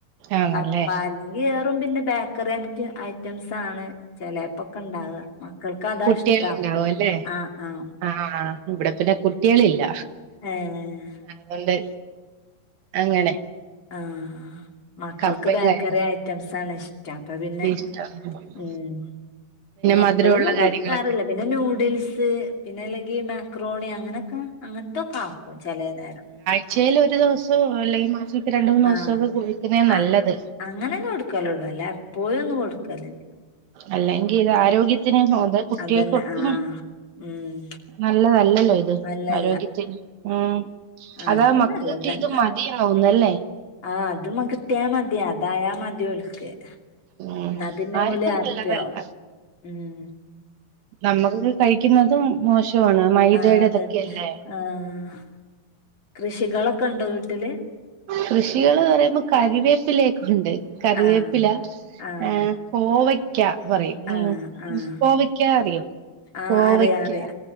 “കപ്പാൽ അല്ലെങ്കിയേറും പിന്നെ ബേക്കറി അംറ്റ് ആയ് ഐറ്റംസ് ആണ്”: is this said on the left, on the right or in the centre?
Left